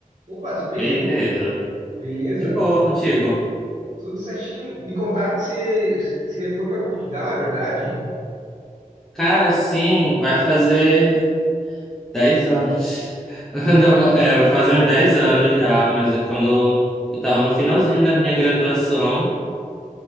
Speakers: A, on the right (about 45°); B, in the centre.
A: Opa, tudo bem,
B: E aí,
A: Ivo?
B: Pedro?
A: Beleza?
B: De boa contigo?
A: Tudo certinho. Me contaram que você, que você foi para Portugal, é verdade?
B: Cara, sim, vai fazer 10 anos. <laughs> Anda-
A: No-
B: É, vai fazer uns 10 anos já, mas é quando eu tava no finalzinho da minha graduação,